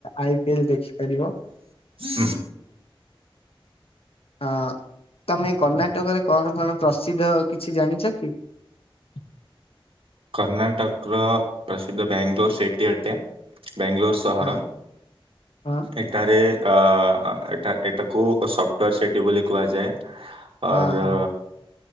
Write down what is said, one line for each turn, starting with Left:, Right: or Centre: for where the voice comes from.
Left: ଆଇ ପିଏଲ୍ ଦେଖିପାରିବ।
Right: ହୁଁ
Left: ହଁ ତମେ କର୍ଣ୍ଣାଟକରେ କଣ କଣ ପ୍ରସିଦ୍ଧ କିଛି ଜାଣିଛ କି? <inaudible>
Right: କର୍ଣ୍ଣାଟକ୍ ର ପ୍ରସିଦ୍ଧ ବେଙ୍ଗଲୋର୍ ସେଟି ଅଟେ। ବ୍ୟାଙ୍ଗଲୋର ସହର
Left: ହଁ ହଁ
Right: ଏଠାରେ ଏଟା ଏଇଟାକୁ ସଫ୍ଟୱୋର ସିଟି ବୋଲି କୁହାଯାଏ।
Left: ହଁ
Right: ଅର